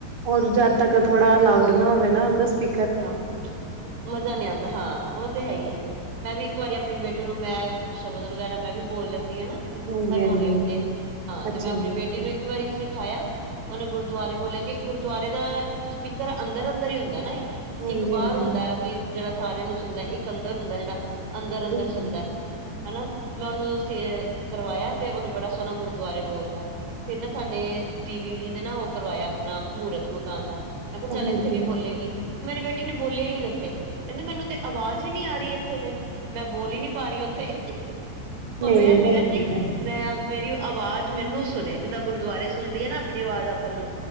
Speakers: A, on the right (about 45°); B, on the right (about 90°).
A: ਔਰ ਜਦ ਤੱਕ ਥੋੜਾ ਅਲਾਊਡ ਨਾ ਹੋਵੇ ਨਾ ਉਹਦੇ 'ਚ ਪੀ
B: ਨਾ ਮਜ਼ਾ ਨਹੀਂ ਆਉਂਦਾ ਹਾਂ, ਉਹ ਤੇ ਹੈ ਹੀ ਹੈ ਮੈਂ ਵੀ ਇੱਕ ਵਾਰੀ ਆਪਣੀ ਬੇਟੀ। ਉਹਨੂੰ ਮੈਂ ਸ਼ਬਦ ਵਗੈਰਾ, ਮੈਂ ਵੀ ਬੋਲ ਲੈਂਦੀ ਹਾਂ ਨਾ।
A: ਹਾਂਜੀ-ਹਾਂਜੀ,
B: ਹਰਮੋਨੀਅਮ ਤੇ, ਹਾਂ
A: ਅੱਛਾ
B: ਤੇ ਮੈਂ ਆਪਣੀ
A: ਜੀ।
B: ਬੇਟੀ ਨੂੰ ਇੱਕ ਵਾਰੀ ਸਿਖਾਇਆ। ਉਹਨੇ ਗੁਰਦੁਆਰੇ ਬੋਲਿਆ ਕੇ ਗੁਰਦੁਆਰੇ ਦਾ ਸਪੀਕਰ ਅੰਦਰ ਅੰਦਰ ਹੀ ਹੁੰਦਾ ਨਾ ਏ। ਇੱਕ
A: ਹਾਂਜੀ
B: ਬਾਹਰ
A: ਹਾਂਜੀ
B: ਹੁੰਦਾ। ਕਿ ਜਿਹੜਾ ਸਾਰਿਆਂ ਨੂੰ ਸੁਣਦਾ, ਇੱਕ ਅੰਦਰ ਹੁੰਦਾ ਜਿਹੜਾ ਅੰਦਰ
A: ਬਿਲਕੁਲ।
B: ਅੰਦਰ ਸੁਣਦਾ। ਹਨਾ ਮੈਂ ਉਹਨੂੰ ਸੇ ਕਰਵਾਇਆ, ਤੇ ਉਹਨੇ ਬੜਾ ਸੋਹਣਾ ਗੁਰਦੁਆਰੇ ਬੋਲਤਾ ਫਿਰ ਨਾ ਸਾਡੇ ਦੀਦੀ ਜੀ ਨੇ ਨਾ, ਉਹ ਕਰਵਾਇਆ ਆਪਣਾ ਮੂਹਰਤ ਮਕਾਨ ਦਾ ਮੈਂ ਕਿਹਾ ਚੱਲ
A: ਹਾਂਜੀ
B: ਇੱਥੇ ਵੀ ਬੋਲੇਗੀ। ਮੇਰੀ ਬੇਟੀ ਨੇ ਬੋਲਿਆ ਹੀ ਨੀ, ਉੱਥੇ ਕਹਿੰਦੀ ਮੈਨੂੰ ਤਾਂ ਆਵਾਜ਼ ਆਵਾਜ਼ ਨੀ ਆ ਰਹੀ ਇੱਥੇ ਉਹਦੇ ਮੈਂ ਬੋਲ ਹੀ ਨਹੀਂ ਪਾ ਰਹੀ, ਉੱਥੇ ਉਹਨੂੰ
A: ਨਹੀਂ
B: ਇਹ
A: ਹੋ
B: ਸੀਗਾ ਕਿ
A: ਜਾਂਦਾ ਹਾਂਜੀ
B: ਮੈਂ। ਮੇਰੀ ਆਵਾਜ਼ ਮੈਨੂੰ ਸੁਣੇ ਜਿੱਦਾਂ ਗੁਰਦੁਆਰੇ ਸੁਣਦੀ ਹੈ, ਆਪਣੀ ਆਵਾਜ਼ ਆਪਾਂ ਨੂੰ